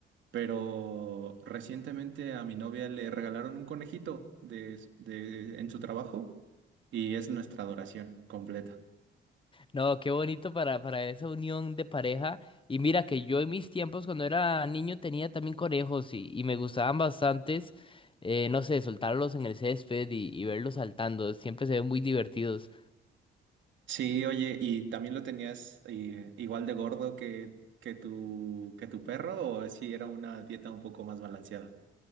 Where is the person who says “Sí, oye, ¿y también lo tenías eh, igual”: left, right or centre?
Right